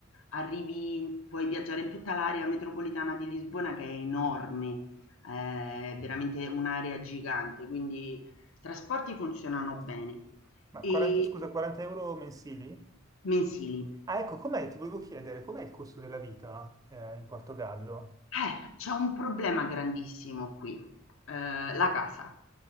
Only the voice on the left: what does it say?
arrivi puoi viaggiare in tutta l'area metropolitana di Lisbona che è enorme, ehm, è veramente un'area gigante, quindi i trasporti funzionano
bene.
E
mensili.
Eh, c'è un problema grandissimo qui, ehm, la casa,